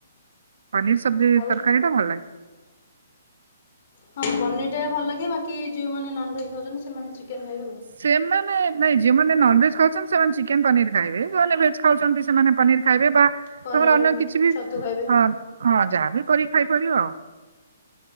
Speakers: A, on the right; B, on the left.
A: ପନିର ସବଜି
B: ଆଉ
A: ତରକାରୀ ଟା ଭଲ ଲାଗେ।
B: ହଁ ପନିର ଟା ଭଲ ଲାଗେ ବାକି ଯେଉଁମାନେ ନନଭେଜ୍ ଖାଉଛନ୍ତି ସେମାନେ ଚିକେନ୍ ଖାଇବେ ଆଉ।
A: ସେମାନେ ନାଇଁ ଯୋଉମାନେ ନନଭେଜ ଖାଉଛନ୍ତି ସେମାନେ ଚିକେନ ପନିର ଖାଇବେ ଯୋଉମାନେ ଭେଜ ଖାଉଛନ୍ତି ସେମାନେ ପନିର ଖାଇବେ ବା ତମର
B: ପନିର
A: ଅନ୍ୟ କିଛି ବି
B: ଛତୁ ଖାଇବେ
A: ହଁ ହଁ ଯାହା ବି କରିକି ଖାଇପାରିବ ଆଉ।